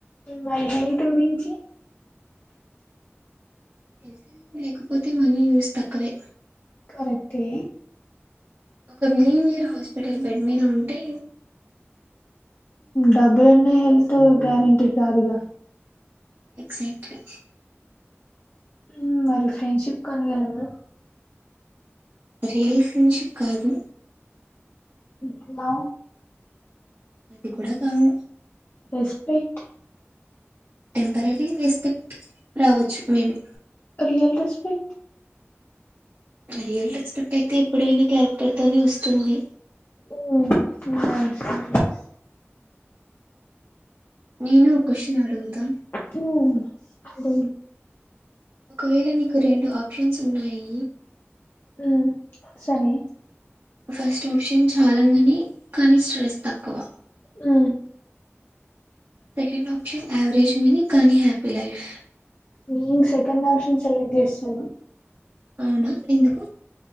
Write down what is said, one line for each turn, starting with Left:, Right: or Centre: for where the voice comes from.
Left: మరి హెల్త్ గురించి
Right: హెల్త్ అని లేకపోతే మనీ యూస్ తక్కువే
Left: కరెక్టే
Right: ఒక మిలీనియర్ హాస్పిటల్ బెడ్ మీద ఉంటే
Left: డబ్బులున్నా హెల్త్ గ్యారెంటీ కాదుగా
Right: ఎక్సాక్ట్లీ
Left: హ్మ్ మరి ఫ్రెండ్షిప్ కొనగలమా.
Right: రియల్ ఫ్రెండ్షిప్ కాదు.
Left: హలో
Right: అది కూడా కాదు.
Left: రెస్పెక్ట్
Right: టెంపరరీ రెస్పెక్ట్ రావచ్చు maybe.
Left: Real respect
Right: real respect అయితే ఎప్పుడైనా క్యారెక్టర్ తోనే వస్తుంది.
Left: హ్మ్ నైస్ నైస్
Right: నేను ఓ క్వశ్చన్ అడుగుతా.
Left: అతను అది
Right: ఒకవేళ నీకు రెండు ఆప్షన్స్ ఉన్నాయి.
Left: ఉ సరే
Right: ఫస్ట్ ఆప్షన్ చాలా కానీ కానీ స్ట్రెస్ తక్కువ.
Left: ఆ
Right: సెకండ్ ఆప్షన్ యావరేజ్ మిని కానీ హ్యాపీ లైఫ్.
Left: నేన్ సెకండ్ ఆప్షన్ సెలెక్ట్ చేస్తను.
Right: అవునా, ఎందుకు?